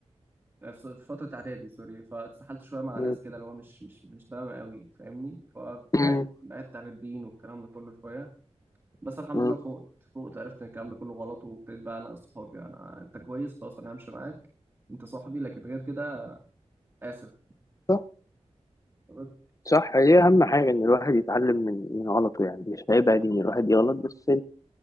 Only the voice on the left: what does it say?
م-
م-
م.
صح
صح هي أهم حاجة إن الواحد يتعلم من من غلطه يعني مش عيب عادي إن الواحد يغلط بس